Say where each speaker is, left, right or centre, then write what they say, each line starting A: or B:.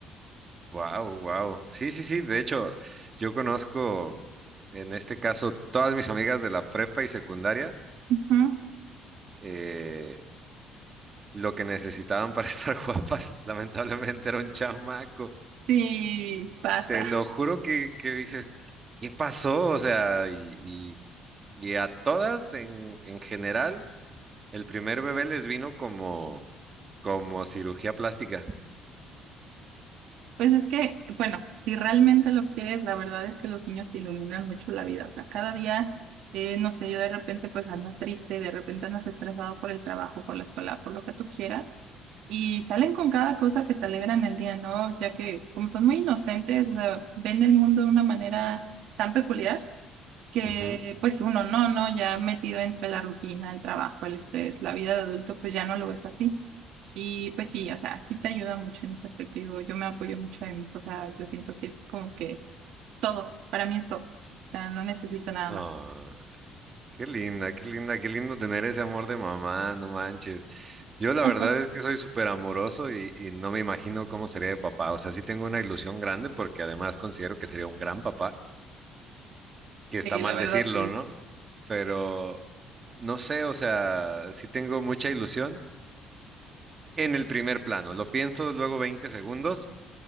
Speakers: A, on the right (about 25°); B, on the right (about 65°).
A: Wow, wow. Sí, sí, sí. De hecho, yo conozco en este caso todas mis amigas de la prepa y secundaria.
B: Ujú.
A: eh, lo que necesitaban para <laughs> estar guapas, lamentablemente era un chamaco.
B: Sí, pasa.
A: Te lo juro que, que dices, ¿qué pasó? O sea, y, y- y a todas en, en general, el primer bebé les vino como, como cirugía plástica.
B: Pues es que, bueno, si realmente lo quieres, la verdad es que los niños te iluminan mucho la vida. O sea, cada día, eh, no sé, yo de repente pues andas triste, de repente andas estresado por el trabajo, por la escuela, por lo que tú quieras. Y salen con cada cosa que te alegran el día, ¿no? Ya que como son muy inocentes, o sea, ven el mundo de una manera tan peculiar que
A: Ujú.
B: pues uno no, no, ya metido entre la rutina, el trabajo, el estrés, la vida de adulto, pues ya no lo ves así. Y pues sí, o sea, sí te ayuda mucho en ese aspecto. Yo, yo me apoyo mucho de mi hijo, o sea, yo siento que es como que todo, para mí es todo. O sea, no necesito nada
A: Ah,
B: más.
A: qué linda, qué linda, qué lindo tener ese amor de mamá, no manches. Yo la
B: <laughs>
A: verdad es que soy súper amoroso y, y no me imagino cómo sería de papá. O sea, sí tengo una ilusión grande porque además considero que sería un gran papá que está
B: Sí,
A: mal
B: la verdad
A: decirlo,
B: sí.
A: ¿no? Pero no sé, o sea, sí tengo mucha ilusión en el primer plano. Lo pienso luego 20 segundos